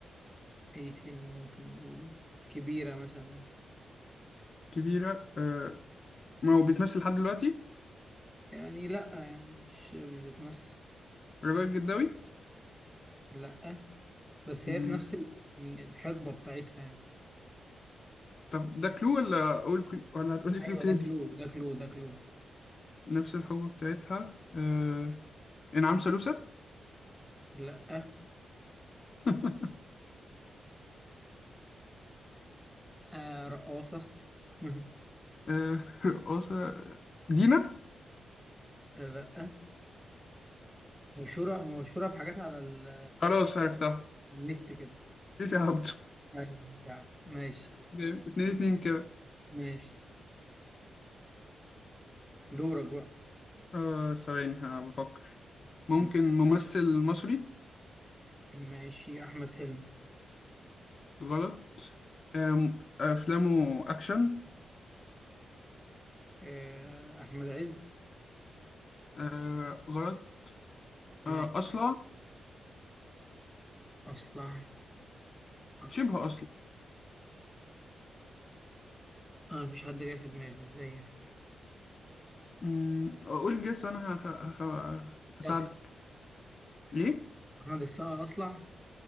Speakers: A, in the centre; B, on the left.
A: ايه تاني ممكن نقوله كبيرة مثلا
B: كبيرة آه ما هو بيتمثل لحد دلوقتي
A: يعني لا يعني مش مش بتمثل
B: رجاء الجداوي
A: لا بس
B: مم.
A: هي في نفس ال- يعني الحقبة بتاعتها يعني
B: طب ده كلو ولا أقول كلو ولا هتقولي كلو
A: ايوه
B: تاني
A: ده كلو ده كلو ده كلو
B: نفس الحقبة بتاعتها آه إنعام سالوسة
A: لا آه
B: <laughs>
A: آه رقاصة <laughs>
B: آه رقاصة دينا
A: لا مشهورة مشهورة بحاجات على ال
B: خلاص عرفتها
A: على النت كده
B: فيفي عبده
A: يعني مش عارف ماشي
B: جامد. اتنين اتنين كده
A: ماشي دورك بقى
B: آه ثواني ها بفكر ممكن
A: م-
B: ممثل مصري
A: ماشي أحمد حلمي
B: غلط آه م- أفلامه أكشن
A: آه، أحمد عز
B: آه غلط
A: ماشي
B: آه أصلع
A: أصلع أصلع
B: شبه اصلا
A: آه، مفيش حد جاي في دماغي إزاي يعني
B: أمم، قول الجس وانا هخ... هخ... هساعدك
A: أصلع
B: ليه
A: أحمد السقا أصلع